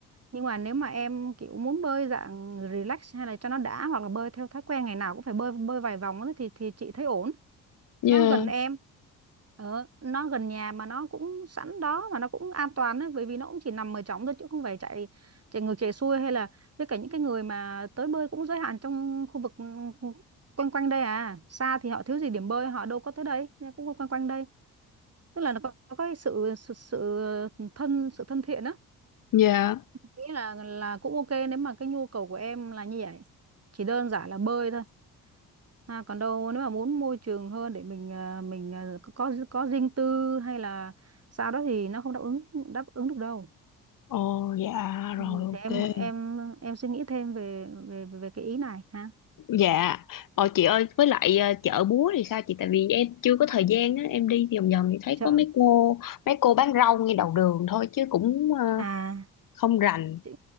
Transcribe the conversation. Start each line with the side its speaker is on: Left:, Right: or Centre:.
Right: nhưng mà nếu mà em kiểu muốn bơi dạng relax hay là cho nó đã hoặc là bơi theo thói quen ngày nào cũng phải bơi bơi vài vòng á thì thì chị thấy ổn
Left: Dạ.
Right: nó gần em ờ, nó gần nhà mà nó cũng sẵn đó mà nó cũng an toàn ấy, bởi vì nó cũng chỉ nằm ở trống thôi chứ không phải chạy chạy ngược chạy xuôi hay là với cả những cái người mà tới bơi cũng giới hạn trong khu vực ừ, quanh quanh đây à xa thì họ thiếu gì điểm bơi họ đâu có tới đây nên cũng quanh quanh đây tức là nó có, có cái sự, sự sự thân sự thân thiện á
Left: Dạ.
Right: nghĩ là là cũng ok nếu mà cái nhu cầu của em là như vậy chỉ đơn giản là bơi thôi À, còn đâu nếu mà muốn môi trường hơn để mình à, mình à, có có có riêng tư hay là sao đó thì nó không đáp ứng đáp ứng được đâu.
Left: Ồ dạ rồi
Right: Ừ,
Left: ok.
Right: thì em em em suy nghĩ thêm về về về cái ý này ha.
Left: Dạ. Ờ chị ơi với lại ờ, chợ búa thì sao chị tại vì em chưa có thời gian á em đi vòng vòng thì thấy
Right: Chợ
Left: có mấy cô mấy cô bán rau ngay đầu đường thôi chứ cũng ờ,
Right: à
Left: không rành.
Right: chị-